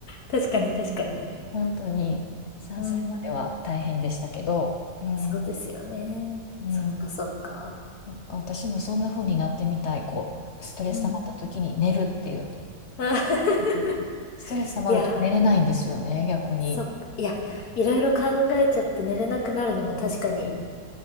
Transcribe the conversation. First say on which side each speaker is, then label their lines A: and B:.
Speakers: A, on the left; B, on the left.
A: 確かに確かに。
B: 本当に3歳までは大変でしたけど、
A: うん。
B: うん、
A: そうですよね。
B: うん、
A: そっかそっか。
B: そっか私もそんな風になってみたい。こう、ストレス溜まった時に寝るっていう。
A: うん。<laughs>
B: うんストレス溜まると寝れないんですよね、
A: いや、
B: 逆に。
A: そっか。いや、いろいろ考えちゃって寝れなくなるのも確かに